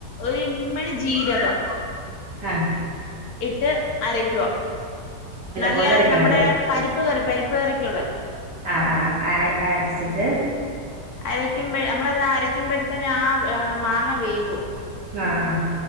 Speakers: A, on the left; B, on the right.
A: ഒര്മ്മ്ണി ജീരകം
B: ആഹ്
A: ഇട്ട് അരക്കുക നല്ല
B: പോലെ അരക്കണല്ലേ
A: നമ്മുടെ പരിപ്പ് കറി പരിപ്പ് കറിക്കുള്ള
B: ആ ആ ആ അര് അര്ച്ചിട്ട്
A: അരയ്ക്കുമ്പഴ് നമ്മളത് അരക്കുമ്പോഴത്തന്നെ ആ മാങ്ങ വേവും
B: ആഹ് ആഹ്